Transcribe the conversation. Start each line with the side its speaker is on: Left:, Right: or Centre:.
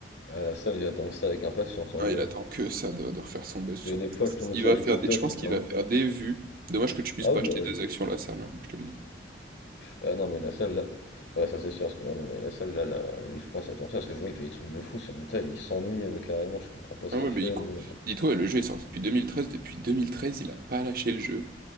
Left: À la salle, il attend que ça avec impatience, en
Right: Ah,
Left: lui.
Right: il
Left: hein.
Right: attend que ça de, de refaire son buzz
Left: Parce
Right: sur
Left: que des
Right: le test.
Left: fois, je tombe
Right: Il
Left: sur
Right: va
Left: des
Right: faire
Left: TikTok,
Right: des. Je pense
Left: il
Right: qu'il
Left: tente.
Right: va faire des vues. Dommage que tu puisses
Left: Ah
Right: pas
Left: oui,
Right: acheter
Left: bah,
Right: des
Left: le-
Right: actions la salle, hein, moi je te le dis.
Left: ah non, mais la salle là, ouais, ça c'est sûr. Parce que ouais, non, mais la salle là, là, lui, je pense, il attend que ça parce que je vois, il fait des trucs de fou sur le tas, il s'ennuie euh, carrément. Je comprends pas ce
Right: Ah
Left: qu'il
Right: ouais mais
Left: fait,
Right: il...
Left: lui. hein.
Right: dis-toi, le jeu est sorti depuis 2013. depuis 2013, il a pas lâché le jeu.